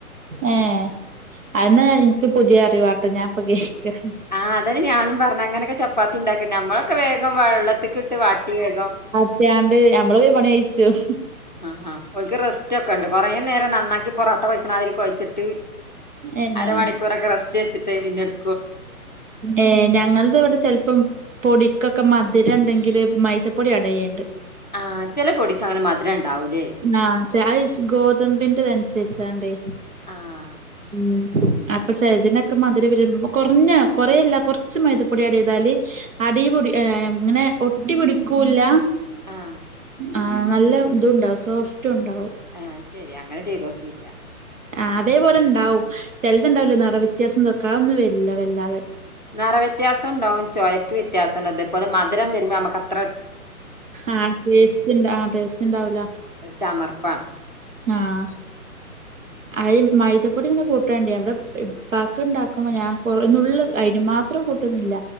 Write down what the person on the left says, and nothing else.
ആ അതെന്നേ ഞാനും പറഞ്ഞേ അങ്ങനൊക്കെ ചപ്പാത്തിണ്ടാക്കേ നമ്മളൊക്കെ വേഗം വെള്ളത്തിക്ക്ട്ട് വാട്ടി വേഗം
ആ ഓൽക്ക് റെസ്റ്റ് ഒക്കെ ണ്ട് കൊറേ നേരം നന്നാക്കി പൊറൊട്ട കൊയ്ക്കണാതിരി കൊയച്ചിട്ട്
അരമണിക്കൂറൊക്കെ റസ്റ്റ് വെച്ചിട്ടെ പിന്നെടു
ആ ചെല പൊടിക്കങ്ങനെ മധുരം ഇണ്ടാവൂലേ?
ആഹ്
ആഹ്
ആ അഹ് ശെരി അങ്ങനെ ചെയ്തൊക്കീല്ല.
നെറ വ്യത്യാസം ഉണ്ടാവും ചൊയക്ക് വ്യത്യാസംണ്ട് അതേ പോലേ മധുരം വരുമ്പോ നമുക്കത്ര
ഒരു ചമർപ്പാണ്